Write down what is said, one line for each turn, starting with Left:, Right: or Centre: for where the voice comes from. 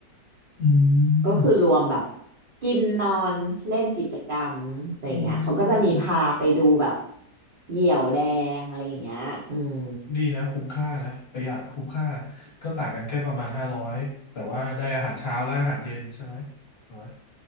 Left: อื
Right: ก็คือรวมแบบ
Left: ม
Right: กินนอนเล่นกิจกรรมอะไรเงี้ยเขาก็จะมีพาไปดูแบบ
Left: อืม
Right: เหยี่ยวแดงอะไรเงี้ยอืม
Left: ดีนะคุ้มค่านะประหยัดคุ้มค่าก็ต่างกันแค่ประมาณห้าร้อยแต่ว่าได้อาหารเช้าและอาหารเย็นใช่ไหมถูกไหม